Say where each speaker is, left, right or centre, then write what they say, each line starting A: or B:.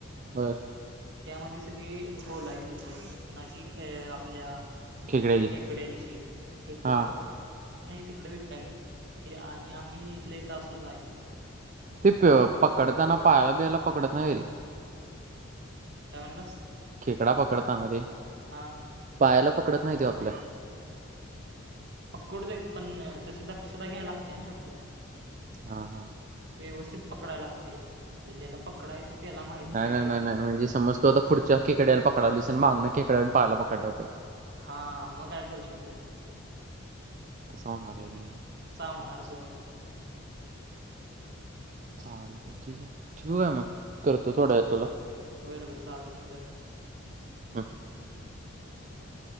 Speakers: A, on the right; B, on the right.
A: बर!
B: त्यामध्ये सगळी, होल आहे ती कुणाची खेळ आपल्या,
A: खेकड्याची
B: खेकड्यांची खेकड
A: हा
B: तिकडे विकय, आणि आम्ही इथले इथं असून जाईन
A: ते प पकडताना, पायाला बिला पकडत नाही
B: काय म्हणलास?
A: खेकडा पकडता रे, मध्ये
B: हां
A: पायाला पकडत नाही ते आपल्या.
B: पकडते पण, तशी दक्षता घ्याय लागते ना आपल्याला.
A: हा हा
B: व्यवस्थित पकडायला लागते, आता ज्याला पकडा येत त्याला माहित
A: नाही
B: काय
A: नाही
B: टेकनिक
A: नाही नाही
B: आहे.
A: म्हणजे समज तू आता पुढच्या खेकड्याला पकडालीस आणि माग, ना खकड्याला पाहायला पकडतात.
B: हा मग, काय करू शकल नाही आपण.
A: तसं होणार आहे रे
B: चावणार जोरात
A: चाल ठीक आहे, ठेिकू आहे मग करतो थोडा आहे तुला.
B: बरं बर, चालते कर.
A: <inaudible>